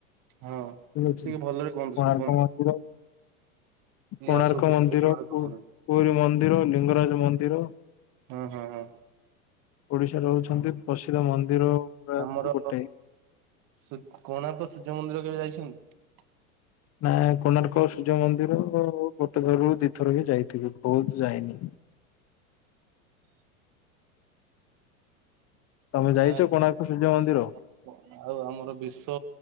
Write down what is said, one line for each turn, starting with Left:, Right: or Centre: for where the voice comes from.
Right: ହଁ ଟିକେ
Left: ଠିକ ଅଛି।
Right: ଭଲରେ କୁହନ୍ତୁ
Left: କୋଣାର୍କ
Right: ଶୁଭୁନି।
Left: ମନ୍ଦିର।
Right: କ୍ଲିୟର
Left: କୋଣାର୍କ
Right: ଶୁଭୁନି
Left: ମନ୍ଦିର
Right: ଟିକେ ଜୋରେ
Left: ପୁ
Right: କୁହନ୍ତୁ।
Left: ପୁରରୀ ମନ୍ଦିର ଲିଙ୍ଗରାଜ ମନ୍ଦିର।
Right: ହୁଁ -ହୁଁ -ହଁ।
Left: ଓଡିଶା ରହୁଛନ୍ତି ପ୍ରସିଦ୍ଧ ମନ୍ଦିର। ଗୁଡାକରୁ
Right: ଆମର
Left: ଗୋଟେ।
Right: ସୂ କୋଣାର୍କ ସୂର୍ଯ୍ୟମନ୍ଦିର କେବେ ଯାଇଛନ୍ତି?
Left: ନା କୋଣାର୍କ ସୂର୍ଯ୍ୟମନ୍ଦିର ଗୋଟେ ଥରରୁ ଦିଥର ହିଁ ଯାଇଥିବ ବହୁତ ଯାଇନି ତମେ ଯାଇଛ
Right: ଆଁ
Left: କୋଣାର୍କ ସୂର୍ଯ୍ୟ ମନ୍ଦିର?
Right: ଆଉ ଆମର ବେଶ